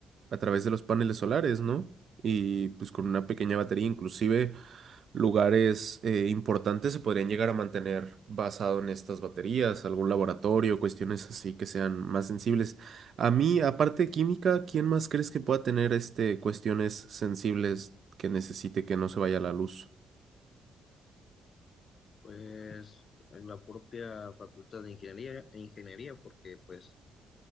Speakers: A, on the right; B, on the left.
A: a través de los paneles solares, ¿no? Y pues con una pequeña batería inclusive lugares eh, importantes se podrían llegar a mantener basado en estas baterías, algún laboratorio, cuestiones así que sean más sensibles. A mí, aparte de química, ¿quién más crees que pueda tener este cuestiones sensibles que necesite que no se vaya la luz?
B: pues en la propia Facultad de Ingeniería, e Ingeniería porque pues